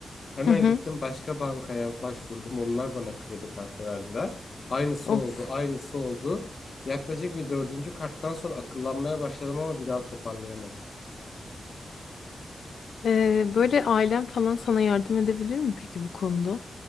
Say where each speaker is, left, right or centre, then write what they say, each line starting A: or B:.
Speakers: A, on the left (about 45°); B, on the left (about 75°).
A: Hemen
B: Hı hı.
A: gittim başka bankaya başvurdum. Onlar bana kredi kartı verdiler. Aynısı
B: Of.
A: oldu, aynısı oldu. Yaklaşık bir dördüncü karttan sonra akıllanmaya başladım ama bir daha toparlayamadım.
B: E, böyle ailen falan sana yardım edebilir mi peki bu konuda?